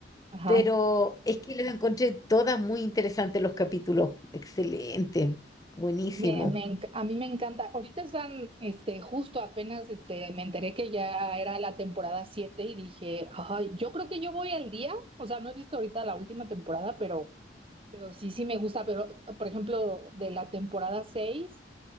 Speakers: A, on the right; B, on the left.
A: ajá.
B: Pero es que los encontré todas muy interesantes los capítulos. Excelente, buenísimo.
A: Me, me enc- a mí me encanta. Ahorita están, este, justo apenas, este, me enteré que ya era la temporada 7 y dije, ay, yo creo que yo voy al día. O sea, no he visto ahorita la última temporada, pero Pero sí, sí me gusta, pero por ejemplo, de la temporada 6